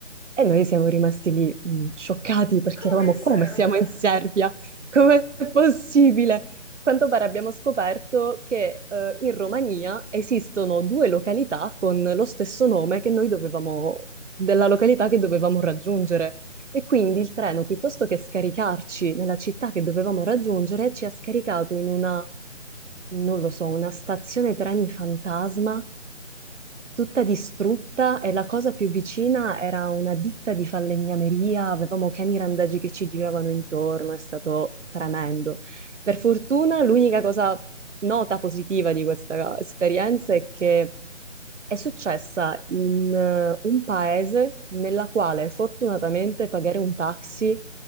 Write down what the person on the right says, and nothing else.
E noi siamo rimasti lì, mh, scioccati perché
eravamo
come siamo in Serbia? Com'è possibile? A Quanto pare abbiamo scoperto che eh, in Romania esistono due località con lo stesso nome che noi dovevamo, della località che dovevamo raggiungere. E quindi il treno, piuttosto che scaricarci nella città che dovevamo raggiungere, ci ha scaricato in una, non lo so, una stazione treni fantasma tutta distrutta e la cosa più vicina era una ditta di falegnameria, avevamo cani randagi che ci giravano intorno, è stato tremendo. Per fortuna l'unica cosa nota positiva di questa esperienza è che è successa in eh, un paese nella quale fortunatamente pagare un taxi